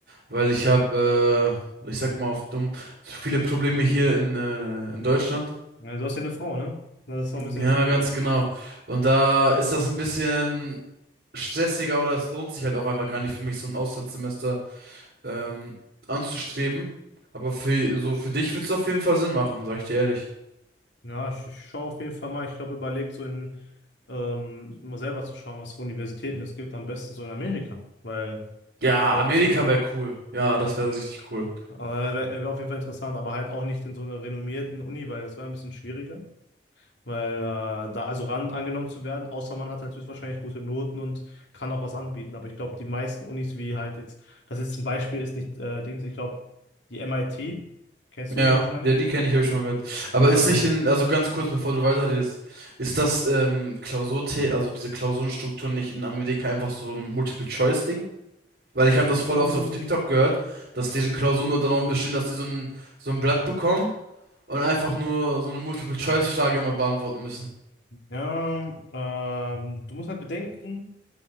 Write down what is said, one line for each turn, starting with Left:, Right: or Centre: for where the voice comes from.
Right: weil ich habe, äh, ich sag mal auf dumm, zu viele Probleme hier in, äh, in Deutschland.
Left: Ja, du hast ja eine Frau, ne? Das ist noch ein bisschen
Right: Ja,
Left: schwieriger.
Right: ganz genau. Und da ist das ein bisschen stressiger oder es lohnt sich halt auch einfach gar nicht für mich, so ein Auslandssemester ähm, anzustreben. Aber für so für dich wird's auf jeden Fall Sinn machen, sag ich dir ehrlich.
Left: Ja, ich schaue auf jeden Fall mal. Ich glaube, überlegt so in, ähm, mal selber zu schauen, was für Universitäten es gibt, am besten so in Amerika. Weil
Right: Ja,
Left: ich glaube,
Right: Amerika
Left: so.
Right: wäre cool. Ja, das wäre richtig cool.
Left: Aber wäre auf jeden Fall interessant, aber halt auch nicht in so einer renommierten Uni, weil das wäre ein bisschen schwieriger, weil äh, da also ran angenommen zu werden, außer man hat halt höchstwahrscheinlich gute Noten und kann auch was anbieten. Aber ich glaube, die meisten Unis, wie halt jetzt, das ist ein Beispiel, ist nicht äh, Dings, ich glaube, die MIT, kennst
Right: Ja,
Left: du höchstwahrscheinlich.
Right: der die kenne ich, habe ich schon mal gehört. Aber
Left: Ähm,
Right: ist nicht in, also ganz kurz, bevor du weiterredest, ist das ähm, Klausur, also diese Klausurenstruktur nicht in Amerika einfach so ein Multiple-Choice-Ding? Weil ich habe
Left: ähm,
Right: das voll oft auf TikTok gehört, dass deren Klausuren nur darum bestehen, dass die so ein, so ein Blatt bekommen und einfach nur so eine Multiple-Choice-Frage immer beantworten müssen.
Left: ja, ähm, du musst halt bedenken,